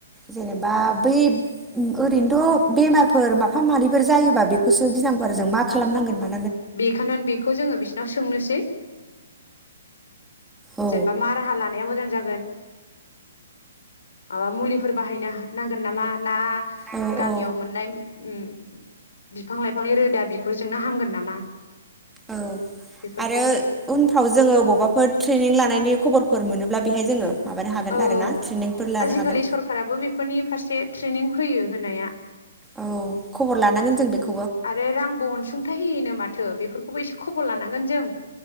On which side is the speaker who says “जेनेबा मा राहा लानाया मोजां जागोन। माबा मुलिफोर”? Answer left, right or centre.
Left